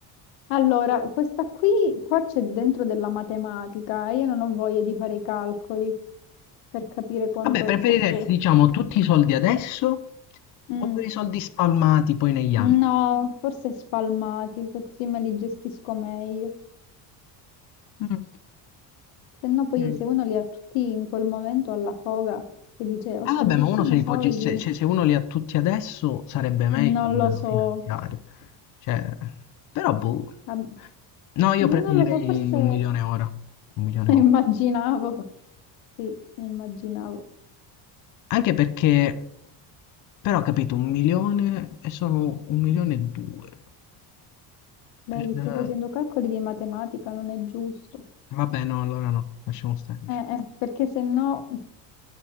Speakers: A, on the left; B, on the left.
A: Allora, questa qui, qua c'è dentro della matematica, io non ho voglia di fare i calcoli per capire quanto
B: Vabbè, preferiresti,
A: posso...
B: diciamo, tutti i soldi adesso
A: Mm,
B: o i soldi spalmati poi negli anni?
A: no, forse spalmati, che così me li gestisco meglio.
B: Mm,
A: Se no poi
B: mm.
A: se uno li ha tutti in quel momento alla foga e dice ho
B: Eh
A: tantissimi
B: vabbè, ma uno se li
A: soldi,
B: può ge- cioè- cioè, se uno li ha tutti adesso sarebbe meglio
A: non
B: a livello
A: lo so,
B: finanziario. Cioè, però boh.
A: Ab-
B: No, io
A: non
B: preferirei
A: lo so, forse
B: un milione ora. Un milione
A: <laughs>
B: ora.
A: immaginavo, sì, immaginavo.
B: Anche perché, però, capito, un milione e sono un milione e due.
A: Vedi,
B: Per-
A: stai facendo calcoli di matematica, non è giusto.
B: Vabbè, no, allora no, lasciamo stare. lasciamo.
A: Eh, eh, perché se no